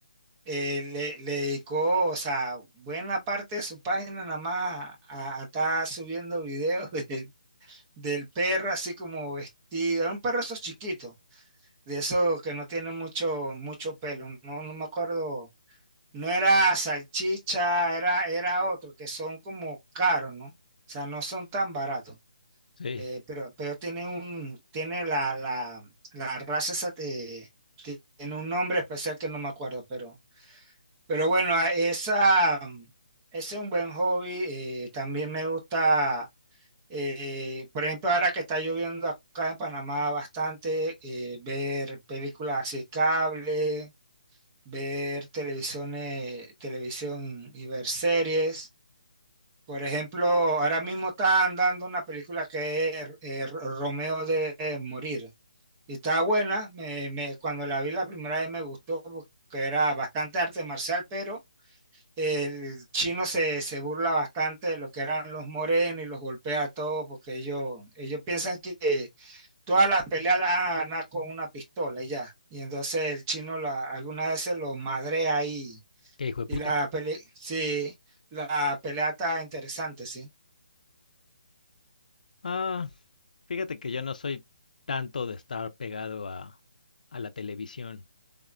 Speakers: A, on the right; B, on the left.
A: eh, le, le dedicó, o sea, buena parte de su página nada más a, a estar subiendo videos <laughs> de- del perro así como vestido. Era un perro esos chiquitos, de esos que no tiene mucho, mucho pelo. No, no me acuerdo. No era salchicha, era, era otro, que son como caros, ¿no? O sea, no son tan baratos.
B: Sí.
A: Eh, pero, pero tiene un, tiene la, la, la raza esa, eh, tiene un nombre especial que no me acuerdo, pero pero bueno, a- esa, ese es un buen hobby. eh, también me gusta, eh, por ejemplo, ahora que está lloviendo acá en Panamá bastante, eh, ver películas así cable, ver televisiones, televisión y ver series. Por ejemplo, ahora mismo está andando una película que es eh, Ro- Romeo de morir. Y está buena. me- me- cuando la vi la primera vez me gustó porque era bastante arte marcial, pero el chino se, se burla bastante de lo que eran los morenos y los golpea a todos porque ellos, ellos piensan que todas las peleas las van a ganar con una pistola y ya. Y entonces el chino la, algunas veces los madrea ahí.
B: Qué hijo de puta.
A: Y la pelea, sí, la pelea está interesante, sí.
B: Ah, fíjate que yo no soy tanto de estar pegado a, a la televisión.